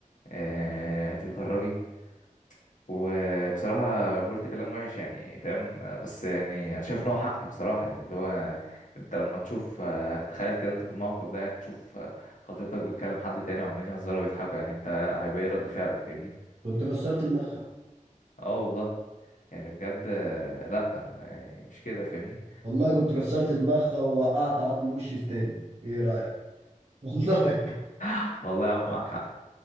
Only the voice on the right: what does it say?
كنت كسرت دماغها
والله كنت كسرت دماغها ووقعت عظم وشي التاني ايه رايك <laughs> والله